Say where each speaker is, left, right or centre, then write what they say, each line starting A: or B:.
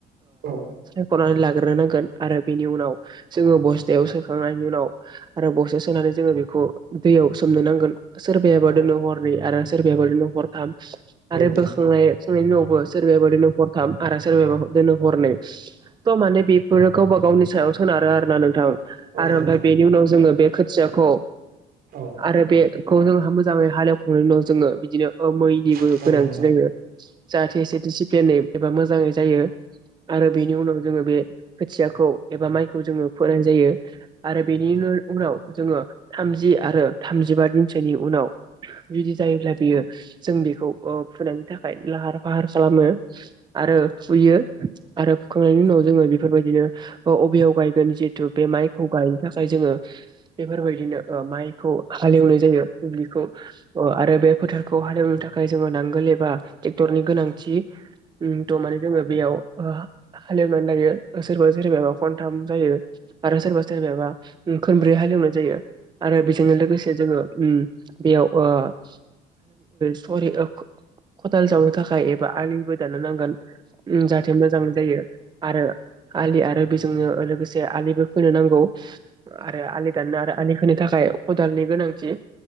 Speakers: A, on the right; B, on the right.
A: औ नंगौ नोंथां औ
B: सायख'नानै लाग्रो नांगोन आरो बेनि उनाव जोङो बस थायाव सोखांनायनि उनाव आरो बसे सोनानै जोङो बेखौ दैयाव सोमनो नांगोन सोरबाबादिनो
A: औ
B: हरनि आरो सोरबायााबा दिनो हरथाम आरो
A: औ नंगौ नोंथां औ नंगौ नोंथां
B: बोखांनाय सनायनि उनावबो सोरबायाबो दोन हरथाम आरो सोरबाबा दोनो हरनै थ माने बेफोरो गावबा गावनि सायाव सोनारो आरो ना नोंथां
A: औ
B: आरो
A: नंगौ नोंथां औ नंगौ नोंथां औ नंगौ नोंथां औ
B: ओमफ्राय
A: नंगौ नोंथां
B: बेनि उनाव जोङो बे खोथियाखौ
A: औ नंगौ नोंथां औ नंगौ नोंथां औ नंगौ नोंथां औ नंगौ
B: आरो बेखौ जों मोजाङै हालेवखांनानैं जोङो बिदिनो मैनिबो
A: नोंथां
B: गोनांथि
A: औ नंगौ नोंथां औ नंगौ नोंथां औ नंगौ नोंथां औ नंगौ नोंथां औ नंगौ नोंथां
B: जायो जाहाथे एसे डिसिप्लिनै एबा मोजाङै जायो आरो बेनि उनाव जोङो बे खोथियाखौ एबा माइखौ जोङो फोनाय जायो आरो बेनि उनाव जोङो थामज जि आरो थामजिबा दिनसोनि उनाव जुदि जायोब्ला बेयो जों बेखौ फुनायनि थाखाय लाहार फाहार खालामो आरो फुयो आरो फुखांनायनि उनाव जोङो बेफोरबायदिनो ओ अबेयाव गाय गोन जिहेतु बे माइखौ गायनो थाखाय जोङो बेफोरबायदिनो ओ माइखौ हालेवनाय जायो <unintelligible> खौ आरो बे फोथार खौ हालेवनो थाखाय जोङो नांगोल एबा ट्रेक्टरनि गोनांथि उम द माने जोङो बेयाव ओ हालेवनानै लायो सोरबा सोरबाबा खनथाम जायो आरो सोरबा सोरबाबा ओम खोनब्रै हालेवनाय जायो आरो बेजोंनो लोगोसे जोङो ओम बेयाव ओ <unintelligible> सरि खदाल जावनो थाखाय बा आलिबो दाननो नांगोन उम जाहाथे मोजां जायो आरो आलि आरो बि जोङो लोगोसे आलिबो खोनो नांगौ आरो आलि दाननो आरो आलि खोनो थाखाय खदालनि गोनांथि